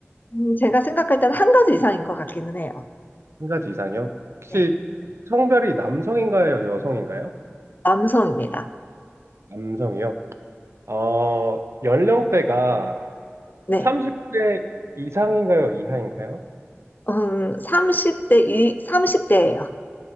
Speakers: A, on the left; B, on the right.
A: 음, 제가 생각할 때는 한 가지 이상인 것 같기는 해요.
B: 한 가지 이상이요? 혹시
A: 네.
B: 성별이 남성인가요, 여성인가요?
A: 남성입니다.
B: 남성이요? 어, 연령대가
A: 네.
B: 30대 이상인가요, 이하인가요?
A: 음, 30대, 이, 삼십 대예요